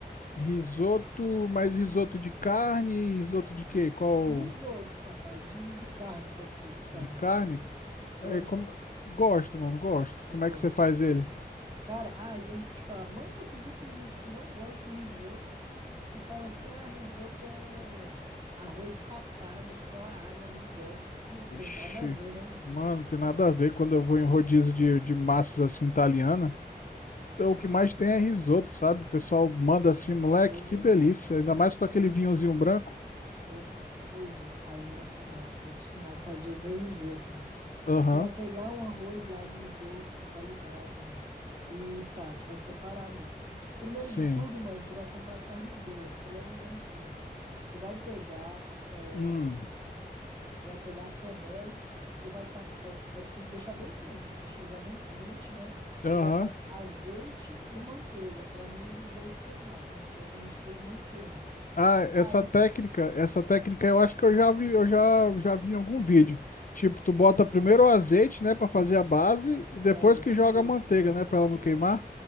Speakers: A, on the left; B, on the right.
A: Risoto, mais risoto de carne, risoto de quê? Qual
B: O risoto, papai, de, de carne, pode ser, de carne.
A: de carne?
B: Tu gosta?
A: É, como... Gosto, mano, gosto.
B: Tu
A: Como
B: gosta,
A: é que você faz
B: então.
A: ele?
B: Cara, ah, e antes de falar, mano, tu acredita que tem gente que não gosta de risoto, que fala assim, ah, risoto é arroz papado, só a água, não gosto. <laughs> Hum, tem
A: Vixe,
B: nada a ver, né, mano?
A: mano, não tem nada a ver quando eu vou em rodízio de, de massas assim italiana. Então, o que mais tem é risoto, sabe? O pessoal manda
B: Sim,
A: assim, moleque,
B: pois
A: que
B: é.
A: delícia. Ainda mais com aquele vinhozinho branco.
B: Opa, pois é. Aí assim, ó, vou te ensinar a fazer o meu risoto, mano.
A: Aham,
B: Tu vai pegar um arroz lá de risoto de qualidade, mano. E tá, tu vai separar ali. Primeiro
A: sim.
B: de tudo, mano, tu vai comprar carne boa, filé mignonzinho. Tu vai pegar. é,
A: Hum,
B: Tu vai pegar a panela e vai tá, vai, vai ter que deixar bem quente, deixa já bem quente, né?
A: aham.
B: Tu bota azeite e manteiga pra nenhum dos dois queimar. Quando tu faz essa mistura, não queima.
A: Ah, essa
B: Aí,
A: técnica, essa técnica eu acho que eu já vi, eu já, já vi em algum vídeo. Tipo, tu bota primeiro o azeite, né, pra fazer a base e depois
B: é isso
A: que joga
B: mesmo.
A: a manteiga, né, pra ela
B: Isso
A: não queimar.
B: é